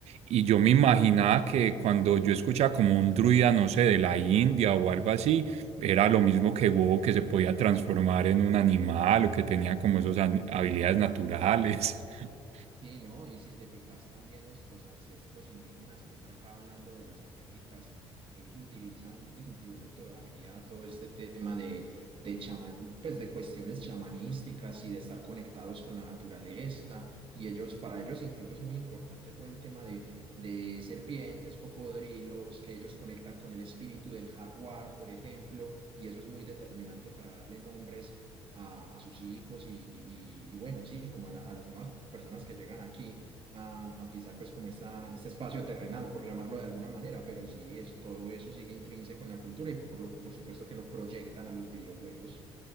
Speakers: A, on the right; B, on the right.
A: Y yo me
B: Sí.
A: imaginaba que cuando yo escuchaba como un druida, no sé, de la India o algo así, era lo mismo que WoW, que se podía transformar en un animal o que tenía como esas habilidades naturales. <laughs>
B: Sí, ¿no? Y si te fijas también nuestros ancestros indígenas, pues acá hablando de las Américas, eh, utilizan incluso todavía todo este tema de, de chaman, pues de cuestiones chamanísticas y de estar conectados con la naturaleza. Y ellos, para ellos incluso es muy importante todo el tema de, de serpientes, cocodrilos, que ellos conectan con el espíritu del jaguar, por ejemplo, y eso es muy determinante para darle nombres a, a sus hijos y, y- y bueno, sí, como a, la- a las nuevas personas que llegan aquí a, a pisar pues como esta, este espacio terrenal, por llamarlo de alguna manera, pero sí, es, todo eso sigue intrínseco en la cultura y por, lo, por supuesto que lo proyectan a los videojuegos.